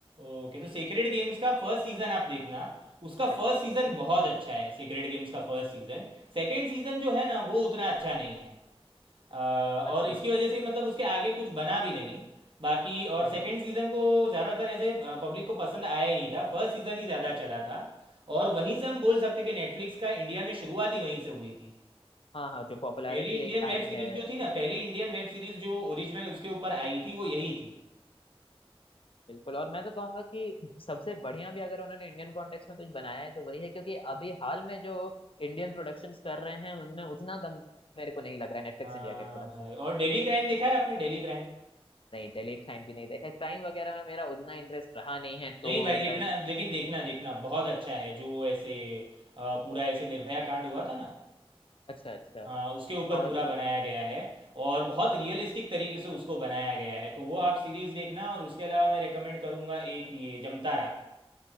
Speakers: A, on the right; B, on the left.
A: ओके तो सेक्रेड गेम्स का फर्स्ट सीजन आप देखना उसका
B: अच्छा
A: फर्स्ट
B: अच्छा
A: सीजन बहुत अच्छा है सेक्रेड गेम्स का फर्स्ट सीजन सेकंड सीजन जो है ना वो उतना अच्छा नहीं है अ,
B: अच्छा
A: और इसकी वजह से ही मतलब उसके आगे कुछ बना भी नहीं बाकी और
B: हम्म।
A: सेकंड सीजन को ज़्यादातर ऐसे पब्लिक को पसंद आया ही नहीं था फर्स्ट सीजन ही ज़्यादा चला था और वहीं से हम बोल सकते कि नेटफ्लिक्स का इंडिया में शुरुआत ही वहीं से हुई थी
B: हाँ हाँ जो पॉपुलैरिटी
A: पहली इंडियन
B: एक आई
A: वेब सीरीज
B: है
A: जो थी ना पहली इंडियन वेब सीरीज जो ओरिजिनल उसके ऊपर आई थी वो यही थी
B: बिल्कुल और मैं तो कहूंगा कि सबसे बढ़िया भी अगर उन्होंने इंडियन कॉन्टेक्स्ट में कुछ बनाया है तो वही है क्योंकि अभी हाल में जो इंडियन प्रोडक्शंस कर रहे हैं उनमें उतना दम मेरे को नहीं लग रहा है नेटफ्लिक्स
A: हाँ
B: इंडिया के प्रोडक्शन
A: भाई और डेली क्राइम देखा है आपने डेली क्राइम
B: नहीं डेलीट टाइम भी नहीं देखा क्राइम वगैरह में मेरा उतना इंटरेस्ट रहा नहीं है
A: नहीं
B: तो
A: भाई लिखना
B: शायद
A: लेकिन देखना देखना बहुत अच्छा है जो ऐसे अ, पूरा ऐसे निर्भया कांड हुआ था ना
B: अच्छा अच्छा
A: हाँ उसके ऊपर
B: और
A: पूरा बनाया गया है और बहुत रियलिस्टिक तरीके से उसको बनाया गया है तो वो आप सीरीज देखना और उसके अलावा मैं रेकमेंड करूँगा एक ये जमतारा